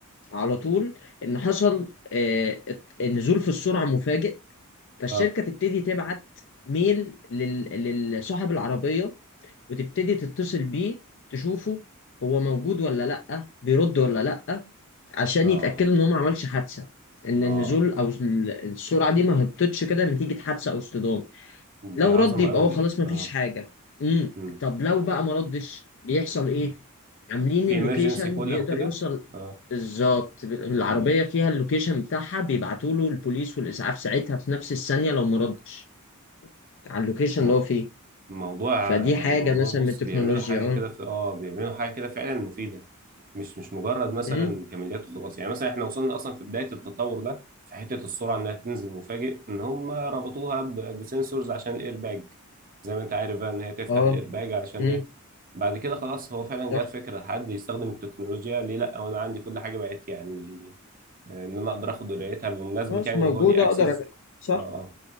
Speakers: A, on the left (about 60°); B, on the right (about 40°).
A: على طول إن حصل آه نزول في السرعة مفاجئ فالشركة
B: اه
A: تبتدي تبعت ميل لل- لل- لصاحب العربية وتبتدي تتصل بيه تشوفه هو موجود ولا لأ بيرد ولا لأ عشان
B: اه
A: يتأكدوا إن هو ما عملش حادثة إن
B: اه
A: النزول أو ال- السرعة دي ما هبطتش كده نتيجة حادثة أو اصطدام لو
B: دي عظمه
A: رد يبقى
B: قوي
A: هو
B: دي
A: خلاص ما
B: اه
A: فيش حاجة امم
B: مم.
A: طب لو بقى ما ردش بيحصل إيه؟
B: مم.
A: عاملين
B: في
A: اللوكيشن
B: emergency call
A: بيقدر
B: او كده
A: يوصل
B: اه
A: بالظبط العربية
B: مم.
A: فيها اللوكيشن بتاعها بيبعتوا له البوليس والإسعاف ساعتها في نفس الثانية لو ما ردش على اللوكيشن
B: مم.
A: اللي هو فيه
B: الموضوع
A: فدي
B: يعني
A: حاجة
B: موضوع
A: مثلا
B: بص
A: من التكنولوجيا
B: بيعملوا حاجة
A: اه
B: كده في اه بيعملوا حاجة كده فعلا مفيدة مش مش مجرد مثلا
A: إمم.
B: كماليات وخلاص يعني مثلا احنا وصلنا اصلا في بداية التطور ده في حتة السرعة انها تنزل مفاجئ ان هم ربطوها ب- بسنسورز عشان الايرباج زي ما انت عارف بقى ان هي تفتح
A: اه
B: الايرباج علشان
A: امم
B: ايه بعد كده خلاص هو فعلا
A: صح
B: جات فكرة حد يستخدم التكنولوجيا ليه لا وانا عندي كل حاجة بقت يعني آه، ان انا اقدر اخد درايتها بمناسبة
A: خلاص
B: يعني
A: موجودة
B: ان هو ليه اكسس
A: اقدر أ- صح
B: اه آه.